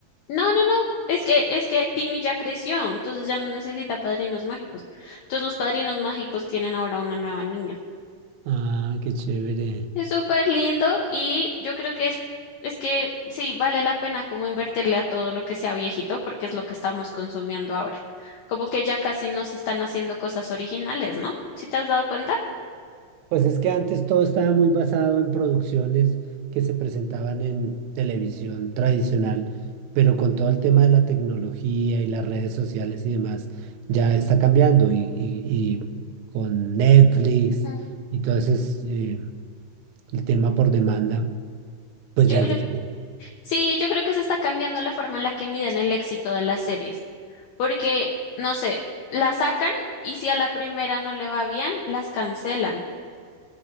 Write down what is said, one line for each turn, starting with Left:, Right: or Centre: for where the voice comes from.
Left: no, no, no. Es que, es que Timmy ya creció, entonces ya no necesita padrinos mágicos. Entonces los padrinos mágicos tienen ahora una nueva niña.
Right: Ah, qué chévere.
Left: Es súper lindo y yo creo que es, es que sí, vale la pena como invertirle a todo lo que sea viejito porque es lo que estamos consumiendo ahora. Como que ya casi no se están haciendo cosas originales, ¿no? si te has dado cuenta?
Right: Pues es que antes todo estaba muy basado en producciones que se presentaban en televisión tradicional, pero con todo el tema de la tecnología y las redes sociales y demás, ya está cambiando. Y, y- y con Netflix
Left: Mm.
Right: y todo ese, eh, el tema por demanda, pues
Left: Yo
Right: ya
Left: creo
Right: es diferente.
Left: Sí, yo creo que se está cambiando la forma en la que miden el éxito de las series, porque, no sé, la sacan y si a la primera no le va bien, las cancelan.